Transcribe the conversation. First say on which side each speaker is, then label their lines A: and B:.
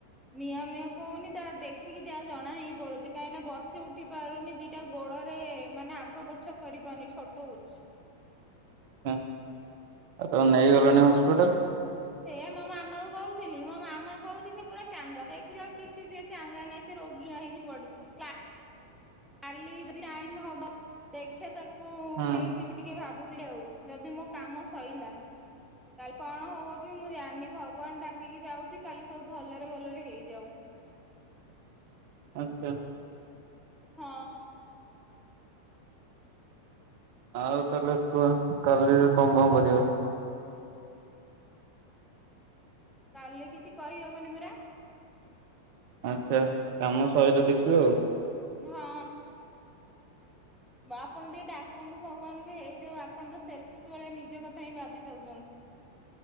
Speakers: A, in the centre; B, on the right.
A: ମିଆଁଉ ମିଆଁଉ କହୁନି ତା ଦେଖିକି ଯାହା ଜଣା ହିଁ ପଡୁଚୀ। କାହିଁକି ନା ବସି ଉଠି ପାରୁନି। ଦିଟା ଗୋ ଗୋଡରେ ମାନେ ଆଗ ପଛ କରିିପାରୁନି ଛୋଟଉଛି।
B: ଅ ହ ଆଉ ତାକୁ ନେଇଗଲନି ହସ୍ପିଟାଲ।
A: ସେଇଆ ମୋ ମାମା କୁ କହୁଥିଲି ।ମୋ ମାମା କହୁଛି ସେ ପୁରା ଚାଙ୍ଗା। ଦେଖିଲା ବେଳକୁ କିଛି ସିଏ ଚାଙ୍ଗା ନାହିଁ। ସେ ରୋଗୀଆ ହେଇକି ପଡିଚି। କା କାଲିି ଟାଇମ ହବ, ଦେଖିଆ ତାକୁ
B: ହଁ
A: ନେଇଦିବି ଟିକେ ଭାବୁ ଯିବି ଆଉ ଯଦି ମୋ କାମ ସଇଲା। କାଲି କଣ ହବ ବି ମୁଁ ଜାଣିନି? ଭଗବାନ ଡାକିକି ଯାଉଚି। କାଲି ସବୁ ଭଲରେ ଭଲରେ ହେଇଯାଉ।
B: ଆଛା।
A: ହଁ।
B: ଆଉ ତାହେଲେ କୁହ କାଲି କଣ କଣ କରିବ?
A: କାଲି କିଛି କହିହବନି ପରା।
B: ଆଚ୍ଛା କାମ ଶଇଲେ ଦେଖିବେ‌ ଆଉ।
A: ହଁ। ଆପଣ ଟିକେ ଡାକନ୍ତୁ ଭଗବାନଙ୍କୁ ହେଇଯାଉ। ଆପଣତ ସେଲଫିସ ଭଳିଆ ନିଜ କଥା ହିଁ ଭାବିଥାଉଛନ୍ତି।